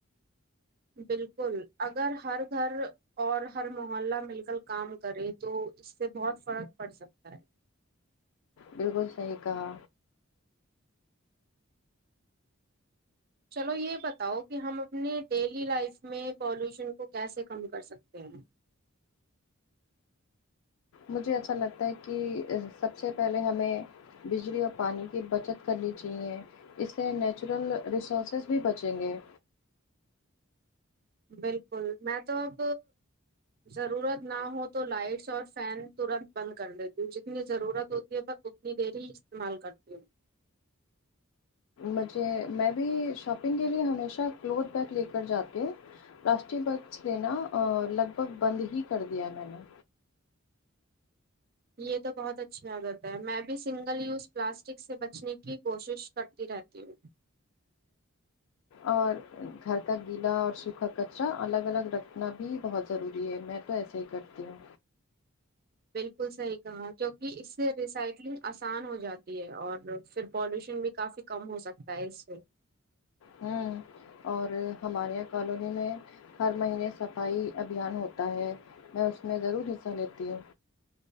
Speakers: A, on the right; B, on the left.
A: بالکل اگر ہر گھر اور ہر محلہ مل کر کام کرے تو اس سے بہت فرق پڑ سکتا ہے
B: بالکل صحیح کہا
A: چلو یہ بتاؤ کہ ہم اپنے ڈیلی لائف میں پالوشن کو کیسے کم کر سکتے ہیں
B: مجھے ایسا لگتا ہے کہ سب سے پہلے ہمیں بجلی اور پانی کی بچت کرنی چاہیے اس سے نیچرل ریسورسز بھی بچیں گے
A: بالکل میں تو اب ضرورت نہ ہو تو لائٹس اور فین ترنت بند کر دیتی ہوں جتنی ضرورت ہوتی ہے ب اتنی دیر ہی استعمال کرتی ہوں
B: مجھے میں بھی شاپنگ کے لیے ہمیشہ کلوتھ بیگ لے کر جاتی ہوں پلاسٹک بیگس لینا لگ بھگ بند ہی کر دیا میں نے
A: یہ تو بہت اچھی عادت ہے میں بھی سنگل یوز پلاسٹک سے بچنے کی کوشش کرتی رہتی ہوں
B: اور گھر کا گیلا اور سوکھا کچرا الگ الگ رکھنا بھی بہت ضروری ہے میں میں تو ایسے ہی کرتی ہوں
A: بالکل صحیح کہا کیونکہ اس سے ریسائکلنگ آسان ہو جاتی ہے اور پھر پالوشن بھی کافی کم ہو سکتا ہے اس سے
B: ہوں اور ہمارے یہاں کالونی میں ہر مہینے صفائی ابھیان ہوتا ہے میں اس میں ضرور حصہ لیتی ہوں